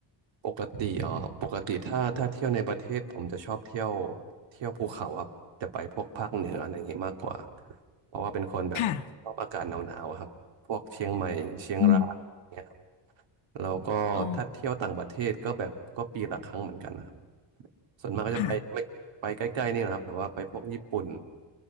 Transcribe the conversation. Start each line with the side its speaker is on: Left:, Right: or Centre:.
Right: ปกติอ๋อปกติถ้าถ้าเที่ยวในประเทศผมจะชอบเที่ยวเที่ยวภูเขาครับจะไปพวกภาคเหนืออะไรอย่างงี้มากกว่าเพราะว่าเป็นคนแบบชอบอากาศหนาวๆอะครับพวกเชียงใหม่เชียงรายเนี่ย
Left: ค่ะอืม
Right: แล้วก็ถ้าเที่ยวต่างประเทศก็แบบก็ปีละครั้งเหมือนกันนะครับ
Left: อ๋อ
Right: ส่วนมากก็จะไปไม่ไปใกล้ๆนี่นะครับแบบว่าไปพวกญี่ปุ่น
Left: ค่ะ